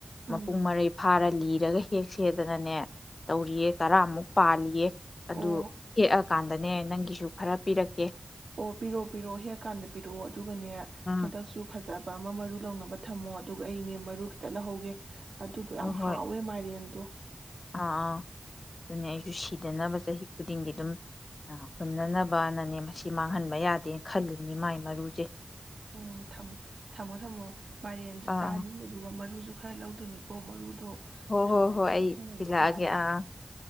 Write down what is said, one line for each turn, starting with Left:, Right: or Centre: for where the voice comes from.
Right: ꯎꯝ
Left: ꯃꯄꯨꯡ ꯃꯔꯩ ꯐꯥꯔ ꯂꯤ ꯐꯖꯒ ꯍꯦꯛ ꯁꯦꯗꯅꯅꯦ ꯇꯧꯔꯤꯌꯦ ꯇꯔꯥꯃꯨꯛ ꯄꯥꯜꯂꯤꯌꯦ ꯑꯗꯨ
Right: ꯑꯣ
Left: ꯍꯦꯛꯑꯀꯥꯟꯗ ꯅꯦ ꯅꯪꯒꯤꯁꯨ ꯈꯔ ꯄꯤꯔꯛꯀꯦ
Right: ꯑꯣ ꯄꯤꯔꯛꯑꯣ ꯄꯤꯔꯛꯑꯣ ꯍꯦꯛꯑꯀꯥꯟꯗ ꯄꯤꯔꯛꯑꯣ ꯑꯗꯨꯒꯅꯦ
Left: ꯎꯝ
Right: ꯍꯗꯛꯁꯨ ꯐꯖꯕ ꯂꯄꯥ ꯑꯃ ꯃꯔꯨ ꯂꯧꯅꯕ ꯊꯝꯃꯣ ꯑꯗꯨꯒ ꯑꯩꯅꯦ ꯃꯔꯨ ꯈꯤꯇ ꯂꯧꯍꯧꯒꯦ ꯑꯗꯨꯗꯣ
Left: ꯍꯣꯏ
Right: ꯌꯥꯝ
Left: ꯍꯣꯏ
Right: ꯍꯥꯎꯋꯦ ꯃꯥꯏꯔꯦꯟꯗꯣ
Left: ꯑꯥ ꯑꯥ ꯑꯗꯨꯅꯤ ꯑꯩꯁꯨ ꯁꯤꯗꯅꯕ ꯆꯍꯤ ꯈꯨꯗꯤꯡꯒꯤ ꯑꯗꯨꯝ ꯍꯨꯟꯅꯅꯕꯅꯅꯦ ꯃꯁꯤ ꯃꯥꯡꯍꯟꯕ ꯌꯥꯗꯦꯅ ꯈꯜꯂꯤꯕꯅꯤ ꯃꯥꯏ ꯃꯔꯨꯁꯦ
Right: ꯎꯝ ꯊꯝꯃꯣ ꯊꯝꯃꯣ ꯊꯝꯃꯣ ꯃꯥꯏꯔꯦꯟꯁꯨ
Left: ꯑꯥ
Right: ꯆꯥꯅꯤ
Left: ꯑꯥ
Right: ꯑꯗꯨꯒ ꯃꯔꯨꯁꯨ ꯈꯔ ꯂꯧꯗꯣꯏꯅꯤꯀꯣ ꯃꯔꯨꯗꯣ
Left: ꯍꯣꯏ
Right: ꯊꯝꯃꯣ
Left: ꯍꯣ ꯍꯣꯏ ꯑꯩ
Right: ꯃꯊꯪꯗꯗꯤ
Left: ꯊꯤ ꯂꯛꯑꯒꯦ
Right: ꯊꯥꯒꯦ
Left: ꯑꯥ